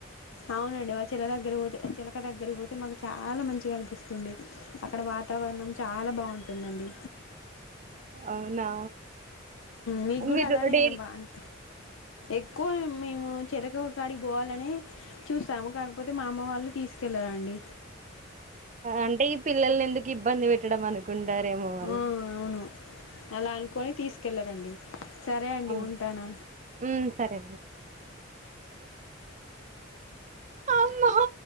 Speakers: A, on the left; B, on the right.
A: అవునండి వా చిల దగ్గరి పోతే చిలక దగ్గరి పోతే మాకు చాలా మంచిగా అనిపిస్తుంది అక్కడ వాతావరణం చాలా బాగుంటుందండి
B: అవునా
A: మీకు కూడా
B: మీరు
A: అలానే్యం
B: డైలీ
A: బా అని ఎక్కువ మేము చెలక కాడికి పోవాలని చూస్తాము కాకపోతే మా అమ్మ వాళ్ళు తీసుకెళ్లరు ాండి
B: అంటే ఈ పిల్లల్ని ఎందుకు ఇబ్బంది పెట్టడం అనుకుంటారేమో వాళ్ళు
A: ఆ అవును అలా అనుకొని తీసుకెళ్లరండి సరే అండి
B: అవును
A: ఉంటాను
B: మ్మ్ సరే ఆమ